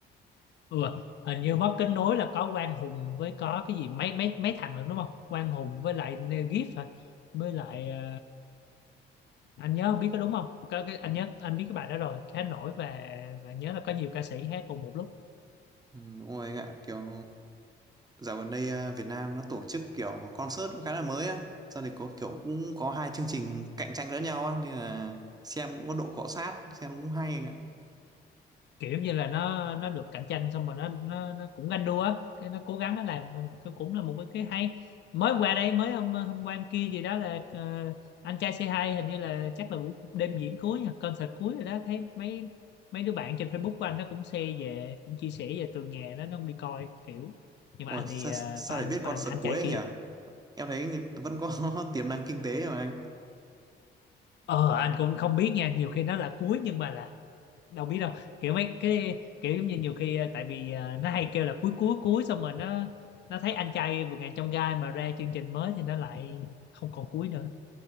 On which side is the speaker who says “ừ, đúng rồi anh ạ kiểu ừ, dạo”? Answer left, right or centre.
Right